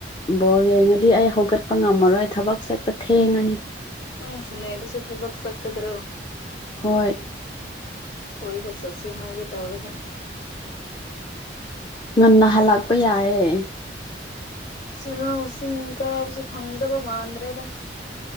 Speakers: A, on the left; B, on the left.
A: ꯕꯣꯜ ꯌꯦꯡꯉꯗꯤ ꯑꯩ ꯍꯧꯒꯠꯄ ꯉꯝꯃꯔꯣꯏ ꯊꯕꯛ ꯆꯠꯄ ꯊꯦꯡꯉꯅꯤ
B: ꯅꯪ ꯁꯅ ꯑꯗꯨꯁꯨꯣ ꯊꯕꯛ ꯆꯠ ꯀꯗ꯭ꯔꯣ
A: ꯍꯣꯏ
B: ꯀꯣꯏꯕ ꯆꯠꯁꯤꯦ ꯍꯥꯏꯒꯦ ꯇꯧꯔꯒ
A: ꯉꯟꯅ ꯍꯜꯂꯛꯄ ꯌꯥꯏꯌꯦ
B: ꯁꯔꯁꯤꯡ ꯀꯥꯕꯁꯨ ꯐꯪꯗꯕ ꯃꯥꯟꯗ꯭ꯔꯦꯗ